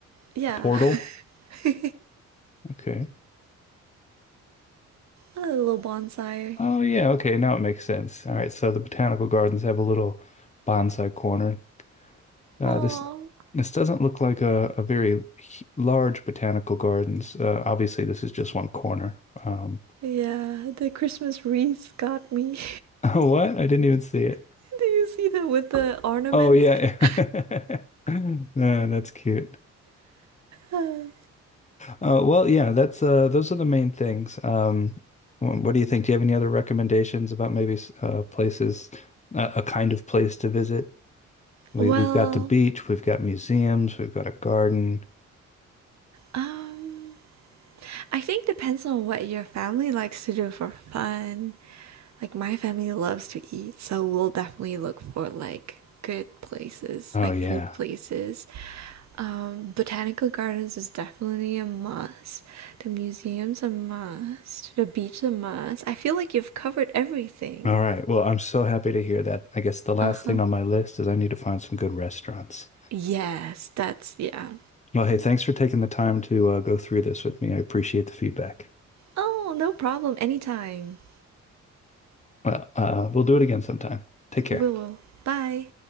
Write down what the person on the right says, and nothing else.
yeah.
<laughs> A
little bonsai.
Oh,
Yeah, the Christmas wreaths got me.
<laughs> Do you see that with the ornaments?
<sighs>
Uh,
Well,
um, I think depends on what your family likes to do for fun. Like my family loves to eat, so we'll definitely look for like good places,
like
food places. Um, botanical gardens is definitely a must. The museum's a must. The beach is a must. I feel like you've covered everything.
Uh-huh.
Yes, that's yeah.
Oh, no problem. Anytime.
We will. Bye.